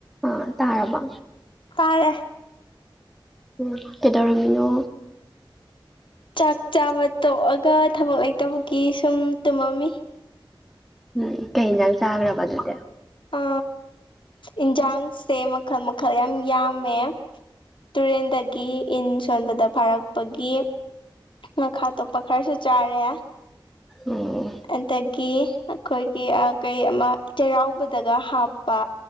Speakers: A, in the centre; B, on the left.
A: ꯑꯥ ꯇꯥꯔꯕ
B: ꯇꯥꯔꯦ꯫
A: ꯎꯝ ꯀꯩꯗꯧꯔꯃꯤꯅꯣ꯫
B: ꯆꯥꯛ ꯆꯥꯕ ꯇꯣꯛꯑꯒ ꯊꯕꯛ ꯂꯩꯇꯕꯒꯤ ꯁꯨꯝ ꯇꯨꯝꯃꯝꯃꯤ꯫
A: ꯎꯝ ꯀꯩ ꯏꯟꯖꯥꯡ ꯆꯥꯒꯔ꯭ꯕ ꯑꯗꯨꯗꯤ꯫
B: ꯑ ꯏꯟꯖꯥꯡꯁꯦ ꯃꯈꯜ ꯃꯈꯜ ꯌꯥꯝ ꯌꯥꯝꯃꯦ꯫ ꯇꯨꯔꯦꯟꯗꯒꯤ ꯏꯟ ꯁꯣꯟꯕꯗ ꯐꯥꯔꯛꯄꯒꯤ ꯉꯥꯈꯥ ꯇꯣꯞꯄ ꯈꯔꯁꯨ ꯆꯥꯔꯦ꯫
A: ꯎꯝ
B: ꯑꯗꯒꯤ ꯑꯩꯈꯣꯏꯒꯤ ꯑꯛ ꯀꯩ ꯑꯃ ꯆꯩꯔꯥꯎꯕꯗꯒ ꯍꯥꯞꯄ